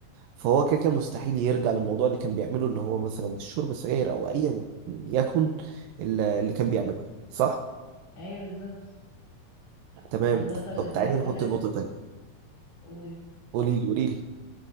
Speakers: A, on the right; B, on the left.
A: فهو كده كده مستحيل يرجع للموضوع اللي كان بيعمله اللي هو مثلا الشرب السجاير او ايا يكن ال- اللي كان بيعمله صح
B: ايوه بالظبط
A: تمام
B: بالظبط عشان
A: طب
B: كده
A: تعالي
B: بقول
A: نحط
B: لك
A: نقطة تانية
B: قول
A: قولي لي قولي لي